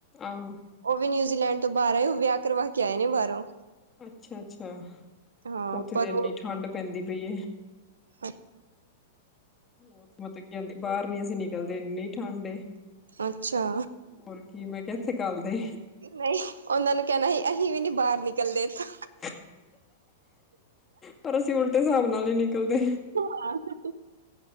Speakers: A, on the left; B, on the right.
A: ਆਹੋ
B: ਉਹ ਵੀ ਨਿਊਜ਼ੀਲੈਂਡ ਤੋਂ ਬਾਹਰ ਆਏ ਉਹ ਵਿਆਹ ਕਰਵਾ ਕੇ ਆਏ ਨੇ ਬਾਹਰੋਂ
A: ਅੱਛਾ ਅੱਛਾ
B: ਹਾਂ
A: ਉੱਥੇ
B: ਪਰ
A: ਤੇ ਇੰਨੀ ਠੰਡ ਪੈਂਦੀ ਪਈ
B: ਅੱਛਾ
A: ਉਹ ਮਤਲਬ ਕੀ ਕਿੰਦੀ ਬਾਹਰ ਨੀ ਅਸੀਂ ਨਿਕਲਦੇ ਇੰਨੀ ਠੰਡ ਏ
B: ਅੱਛਾ,
A: ਹੋਰ ਕੀ ਮੈਂ ਕਿਹਾ ਇੱਥੇ ਕੱਲਦੇ
B: ਨਹੀਂ, ਉਹਨਾਂ ਨੂੰ ਕਹਿਣਾ ਸੀ ਅਸੀਂ ਵੀ ਨੀ ਬਾਹਰ ਨਿਕਲਦੇ ਇਥੋਂ।
A: <inaudible> ਪਰ ਅਸੀਂ ਉਲਟੇ ਸਾਬ ਨਾਲ ਨੀ ਨਿਕਲਦੇ।
B: <inaudible>